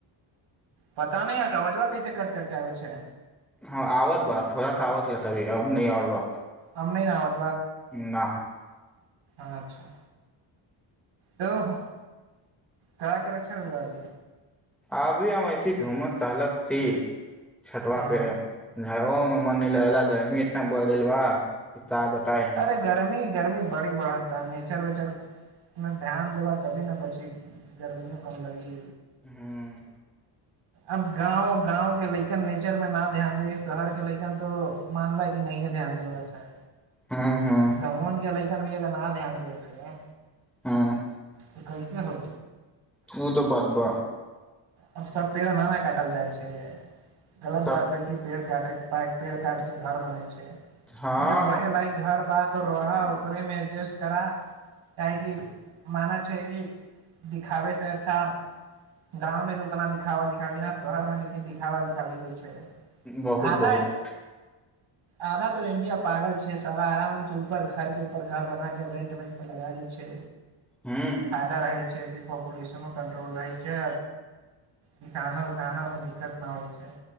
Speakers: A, on the right (about 80°); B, in the centre.
A: पता नहि अवजबा कैसे कट कटके आबै छै
B: हँ आवत बा थोड़ा सा आवत लताभी अब न आवत बा
A: क नहि आबत
B: ना
A: अच्छा तो का करेकक्षन हुआ अभी
B: अभी हम एइसी झूमत तहलत सी छटवआ
A: हँ
B: पे झड़ग मे मन नहि लागल गर्मी इतना बढ़दलवा त बताए
A: अरे गर्मी गर्मी बड़ी बढ़ता नेचर वेचर ने ध्यान देबा तभी ने बची गर्मियो कम लगी
B: हुँ
A: अब गाँव गाँव के लकन नेचर मे ना ध्यान दे शहर के लकन त मानलाै कि नहि ह ध्यान देबा अच्छा
B: हूँ हूँ
A: गवन गेलय भी अगर न ध्यान दे फे
B: हुँ
A: तऽ कैसे हो
B: तु तऽ बरब
A: आब सब पेड़ नान काटल जाइ छै गलत
B: सब
A: बात होइ कि पेड़ काटे के पट पेड़ काट के घर बनाय छै
B: हँ
A: अब जब रह लाइक घर बात रह ओकरेमे एडजेस्ट करा काहेक माना छै कि दिखाबै से अच्छा गाँवमे उतना दिखावा दिखाबी ने शहर मे लेकिन दिखावा दिखाबी होइ छै
B: बहुत
A: आधा
B: बहुत
A: आधा तो इंडिया पागल छै सारानके ऊपर घरके ऊपर घर बनााक रेंट वेंटपर लगा दै छै
B: हूँ
A: फायदा रहै कि पॉपुलनो कन्ट्रोल रहै छै किसान सानमे दिक्कत न होइ छै